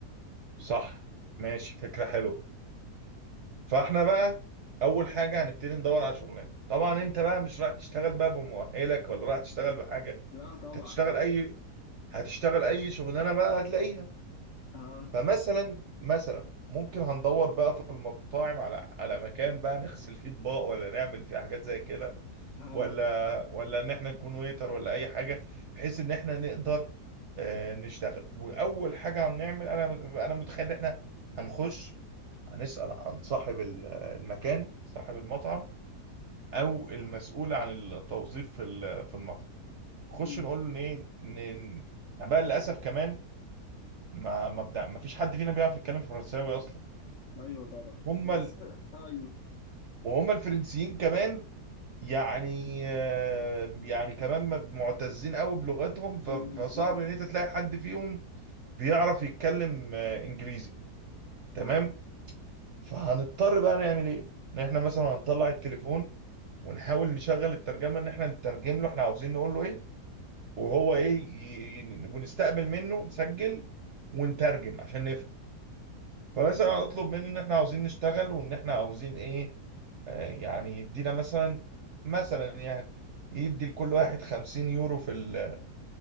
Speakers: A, on the right (about 60°); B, on the left (about 70°).
A: صح ماشي فكرة حلوة فاحنا بقى اول حاجه هنبتدي ندور على شغلانه طبعا انت بقى مش رايح تشتغل بقى بمؤهلك ولا رايح تشتغل بحاجه
B: لا طبعا
A: انت هتشتغل اي هتشتغل اي شغلانه بقى هتلاقيها
B: ها
A: فمثلا مثلا ممكن هندور بقى في المطاعم على على مكان بقى نغسل فيه اطباق ولا نعمل فيه حاجات زي كده
B: ها
A: ولا ولا ان احنا نكون ويتر ولا اي حاجه بحيث ان احنا نقدر آه، نشتغل واول حاجه هنعمل انا انا متخيل ان احنا هنخش هنسأل عن صاحب ال- المكان صاحب المطعم او المسؤول عن التوظيف في ال- في المطعم خش
B: مم.
A: نقول له ايه ن- احنا بقى للاسف كمان ما ما بدا ما فيش حد فينا بيعرف يتكلم فرنساوي اصلا
B: ايوه طبعا
A: هم
B: بس
A: ال...
B: ايوه
A: وهم الفرنسيين كمان يعني آه، يعني كمان م- معتزين قوي بلغتهم ف-
B: بالظبط
A: فصعب ان انت تلاقي حد فيهم بيعرف يتكلم آه، انجليزي تمام
B: صح
A: فهنضطر بقى نعمل ايه إن احنا مثلا هنطلع التليفون ونحاول نشغل الترجمه ان احنا نترجم له احنا عاوزين نقول له ايه وهو ايه ي- ي- ونستقبل منه نسجل ونترجم عشان نفهم فمثلا
B: ايوه
A: اطلب منه ان احنا عاوزين نشتغل وان احنا عاوزين ايه آه يعني يدينا مثلا مثلا يعني يدي لكل واحد 50 يورو في ال-